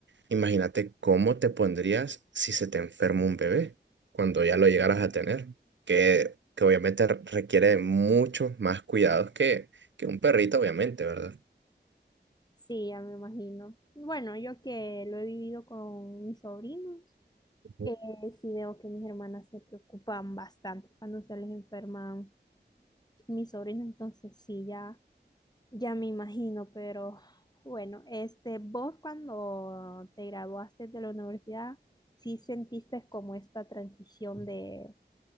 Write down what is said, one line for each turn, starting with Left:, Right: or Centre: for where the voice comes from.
Right: imagínate cómo te pondrías si se te enferma un bebé cuando ya lo llegaras a tener, que, que obviamente re- requiere de muchos más cuidados que, que un perrito, obviamente, ¿verdad?
Left: Sí, ya me imagino. Bueno, yo que lo he vivido con mis sobrinos,
Right: Ujú.
Left: eh, sí veo que mis hermanas se preocupan bastante cuando se les enferman mis sobrinos, entonces sí, ya, ya me imagino, pero bueno, este, vos cuando te graduaste de la universidad, ¿sí sentiste como esta transición de,